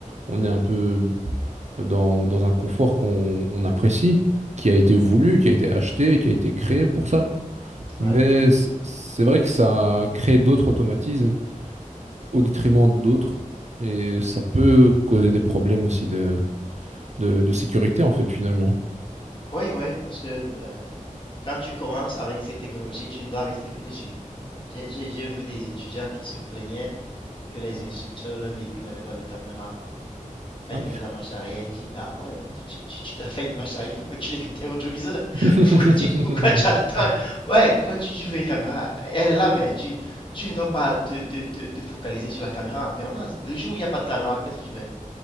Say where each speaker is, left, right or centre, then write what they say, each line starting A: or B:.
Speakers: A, on the right; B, on the left.
A: on est un peu dans, dans un confort qu'on on apprécie, qui a
B: Mhm.
A: été voulu, qui a été acheté, qui a été créé pour ça.
B: Ouais.
A: Mais c- c'est vrai que ça crée d'autres automatismes au détriment d'autres et ça peut causer des problèmes aussi de, de de sécurité en fait finalement.
B: Oui, oui, parce que euh, quand tu commences avec ces technologies, tu ne dois rester que dessus. J'ai j'ai- j'ai vu des étudiants qui se plaignaient que les instructeurs, le véhicule n'avait pas de caméra. Quand
A: Ah
B: ils
A: ouais.
B: faisaient la marche arrière, ils disent, bah ouais, mais tu, tu- tu dois faire une marche arrière, il faut que tu regardes tes rétroviseurs.
A: <laughs>
B: <laughs> Pourquoi tu, pourquoi tu attends? Ouais, pourquoi tu, tu veux une caméra? Elle est là, mais tu, tu ne dois pas te, te- te- te focaliser sur la caméra en permanence. Le jour où il n'y a pas de caméra, qu'est-ce que tu fais?